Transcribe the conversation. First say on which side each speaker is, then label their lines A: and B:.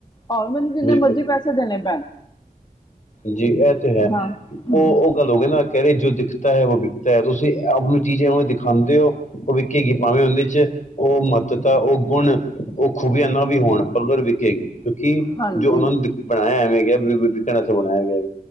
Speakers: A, on the left; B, on the left.
A: ਆਹੋ ਮੈਨੂੰ ਕਿੰਨਾ
B: ਬਿਲਕੁਲ
A: ਮਰਜ਼ੀ ਪੈਸੇ ਦੇਣੇ ਪੈਣ,
B: ਜੀ ਇਹ ਤੇ ਹੈ
A: ਹਾਂ।
B: ਉਹ
A: ਹੂੰ
B: -ਉਹ ਗੱਲ ਹੋ ਗਈ ਨਾ, ਕਹਿ ਰਹੇ ਜੋ ਦਿਖਤਾ ਹੈ ਉਹ ਵਿਕਤਾ ਹੈ, ਤੁਸੀਂ ਆਪ ਨੂੰ ਚੀਜ਼ ਐਵੇ ਦਿਖਾਂਦੇ ਹੋ ਉਹ ਵੀ ਵਿਕੇਗੀ ਭਾਵੇਂ ਉਹਦੇ ਵਿਚ ਉਹ ਮਹੱਤਤਾ, ਉਹ ਗੁਣ, ਉਹ ਖੂਬੀਆਂ ਨਾ ਵੀ ਹੋਣ। ਮਗਰ ਵਿਕੇੇਗੀ, ਕਿਉਂਕਿ
A: ਹਾਂਜੀ
B: ਜੋ ਉਹਨਾਂ ਨੂੰ ਬਣਾਇਆ ਐਵੇਂ ਗਿਆ, ਵੀ ਵਿਕਣ ਵਾਸਤੇ ਬਣਾਇਆ ਗਿਆ।